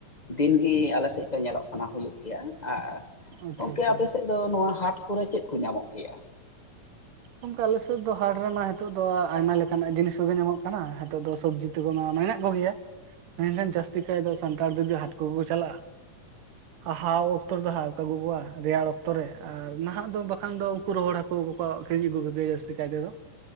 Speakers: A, on the left; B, on the right.
A: ᱫᱤᱱᱜᱮ ᱟᱞᱮᱥᱮᱫ ᱫᱚ ᱧᱮᱞᱚᱜ ᱠᱟᱱᱟ ᱦᱩᱭᱩᱜ ᱜᱮᱭᱟ ᱟᱨ
B: ᱟᱪᱪᱷᱟ
A: ᱜᱚᱝᱠᱮ
B: ᱟᱪᱪᱷᱟ
A: ᱟᱯᱮ ᱥᱮᱫ ᱫᱚ ᱱᱚᱣᱟ ᱦᱟᱴ ᱠᱚᱨᱮ ᱪᱮᱫ ᱠᱚ ᱧᱟᱢᱚᱜ ᱜᱮᱭᱟ
B: ᱜᱚᱝᱠᱮ ᱟᱞᱮᱥᱮᱫ ᱫᱚ ᱦᱟᱴ ᱨᱮᱢᱟ ᱱᱤᱛᱚᱜ ᱫᱚ ᱟᱭᱢᱟ ᱞᱮᱠᱟᱱᱟᱜ ᱡᱤᱱᱤᱥ ᱠᱚᱜᱮ ᱧᱟᱢᱚᱜ ᱠᱟᱱᱟ ᱱᱤᱛᱚᱜ ᱫᱚ ᱥᱚᱵᱽᱡᱤ ᱢᱮᱱᱟᱜ ᱠᱚᱜᱮᱭᱟ ᱢᱮᱱᱠᱷᱟᱱ ᱡᱟᱹᱥᱛᱤ ᱠᱟᱭ ᱫᱚ ᱥᱟᱱᱛᱟᱲ ᱡᱩᱫᱤ ᱦᱟᱴ ᱠᱚᱠᱚ ᱪᱟᱞᱟᱜᱼᱟ ᱦᱟᱣ ᱚᱠᱛᱚ ᱨᱮᱫᱚ ᱦᱟᱣ ᱠᱚ ᱟᱹᱜᱩᱠᱚᱣᱟ ᱨᱮᱭᱟᱲ ᱚᱠᱛᱚ ᱨᱮ ᱟᱨ ᱱᱟᱦᱟᱜ ᱫᱚ ᱵᱟᱠᱷᱟᱱ ᱫᱚ ᱩᱱᱠᱩ ᱨᱚᱦᱚᱲ ᱦᱟᱹᱠᱩ ᱜᱩᱜ ᱯᱮ ᱡᱟᱹᱥᱛᱤ ᱠᱟᱭ ᱛᱮᱫᱚ